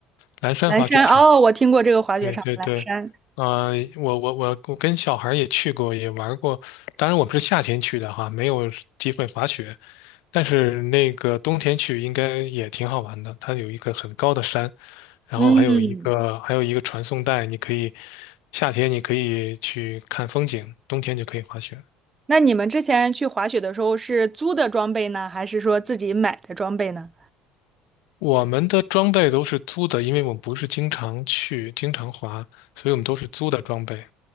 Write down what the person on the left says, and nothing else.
蓝山滑雪场。
对对对，
啊、我我我我跟小孩儿也去过，也玩儿过。当然，我们是夏天去的哈，没有机会滑雪。但是那个冬天去应该也挺好玩的，它有一个很高的山，然后还有一个还有一个传送带，
你可以夏天你可以去看风景，冬天就可以滑雪。
我们的装备都是租的，因为我们不是经常去、经常滑，所以我们都是租的装备。